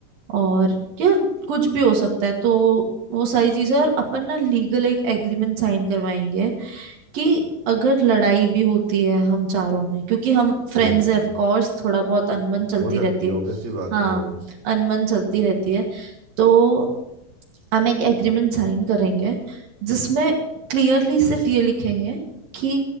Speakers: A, on the right; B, on the right.
A: और यार कुछ भी हो सकता है तो वो सारी चीजें और अपन ना लीगल एक एग्रीमेंट साइन करवाएंगे कि अगर लड़ाई भी होती है हम चारों में क्योंकि हम फ्रेंड्स
B: हम्म
A: हैं
B: हम्म
A: ऑफ कोर्स थोड़ा बहुत अनबन चलती
B: हो सकती
A: रहती
B: है
A: है
B: ऑब्वियस सी बात
A: हाँ
B: है हाँ
A: अनबन चलती रहती है तो हम एक एग्रीमेंट साइन करेंगे जिसमें क्लियरली सिर्फ ये लिखेंगे कि